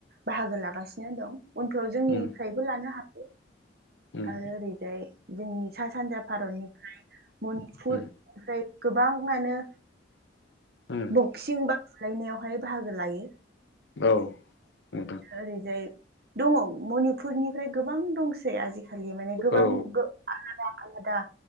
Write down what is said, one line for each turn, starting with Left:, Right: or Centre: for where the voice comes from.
Right: बाहागो लागासिनो दं। उनफ्राव जोंनिफ्रायबो
Left: उम
Right: लानो हागौ
Left: उम
Right: आरो ओरैजाय जोंनि सा सानजा भारतनिफ्राय मनिपुर
Left: उम
Right: फ्राय गोबाङानो
Left: उम
Right: बक्सिं बा बुलायनायावहाय बाहागो लायो।
Left: औ नोंथां।
Right: ओरैजाय दङ मनिपुरनिफ्राय गोबां दंसै आजिखालि माने गोबां
Left: औ
Right: गो आलादा आलादा